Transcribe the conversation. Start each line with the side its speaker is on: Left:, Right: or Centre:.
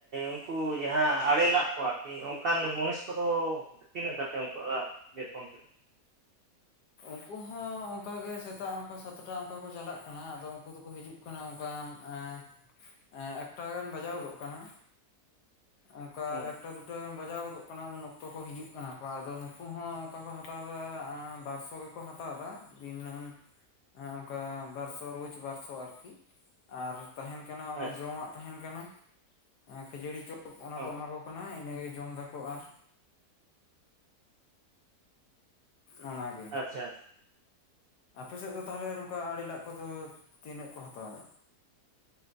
Right: ᱩᱱᱠᱩ ᱡᱟᱦᱟᱸ ᱟᱲᱮᱞᱟᱜ? ᱠᱚ ᱟᱨᱠᱤ, ᱚᱱᱠᱟᱱ ᱢᱩᱱᱤᱥ ᱠᱚᱫᱚ ᱛᱤᱱᱟᱹᱜ ᱠᱟᱛᱮ ᱚᱱᱠᱩᱟᱜ-ᱟ ᱵᱮᱛᱚᱱ ᱛᱮᱫᱚ?
Left: ᱩᱱᱠᱩ ᱦᱚᱸ ᱚᱱᱠᱟ ᱜᱮ ᱥᱮᱛᱟᱜ ᱚᱱᱠᱟ ᱥᱟᱛᱴᱟ ᱚᱱᱠᱟ ᱠᱚ ᱪᱟᱞᱟᱜ ᱠᱟᱱᱟ᱾ ᱟᱫᱚ ᱩᱱᱠᱩ ᱫᱚᱠᱚ ᱦᱤᱡᱩᱜ ᱠᱟᱱᱟ ᱦᱩᱭᱩᱜ ᱠᱟᱱᱟ ᱚᱱᱠᱟ ᱮᱠ ᱴᱟ ᱜᱟᱱ ᱵᱟᱡᱟᱣ ᱜᱚᱫᱚᱜ ᱠᱟᱱᱟ᱾ ᱚᱱᱠᱟ
Right: ᱦᱮᱸ
Left: ᱮᱠᱴᱟ ᱫᱩᱴᱟ᱾ ᱫᱩᱴᱟ ᱜᱟᱱ ᱵᱟᱡᱟᱣ ᱜᱚᱫᱚᱜ ᱠᱟᱱᱟ ᱩᱱ ᱚᱠᱛᱚ ᱠᱚ ᱦᱤᱡᱩᱜ ᱠᱟᱱᱟ ᱠᱚ ᱟᱫᱚ ᱱᱩᱠᱩ ᱦᱚᱸ, ᱚᱱᱠᱟ ᱠᱚ ᱦᱟᱛᱟᱣ ᱫᱟ ᱵᱟᱨ ᱥᱚ ᱜᱮ᱾ ᱠᱚ ᱦᱟᱛᱟᱣ ᱫᱟ ᱫᱤᱱᱟᱹᱢ᱾ ᱦᱮ ᱚᱱᱠᱟ ᱵᱟᱨ ᱥᱚ, ᱨᱳᱡ ᱵᱟᱨ ᱥᱚ ᱟᱨᱠᱤ, ᱟᱨ ᱛᱟᱦᱮᱱ ᱠᱟᱱᱟ
Right: ᱟᱪᱪᱷᱟ
Left: ᱚᱱᱟ ᱡᱚᱢᱟᱜ ᱛᱟᱦᱮᱱ ᱠᱟᱱᱟ, ᱠᱷᱟᱹᱡᱟᱹᱲᱤ ᱪᱚᱯ ᱚᱱᱟ
Right: ᱚ
Left: ᱠᱚ ᱮᱢᱟ ᱠᱚ ᱠᱟᱱᱟ ᱤᱱᱟᱹᱜᱮ ᱡᱚᱢ ᱫᱟᱠᱚ ᱟᱨ ᱱᱚᱜᱼᱱᱟ ᱜᱮ᱾
Right: ᱟᱪᱪᱷᱟ᱾
Left: ᱟᱯᱮ ᱥᱮᱫ ᱫᱚ ᱛᱟᱦᱚᱞᱮ ᱱᱚᱝᱠᱟ ᱟᱹᱲᱮ ᱞᱟᱜ ᱠᱚᱫᱚ, ᱛᱤᱱᱟᱹᱜ ᱠᱚ ᱦᱟᱛᱟᱣ ᱫᱟ?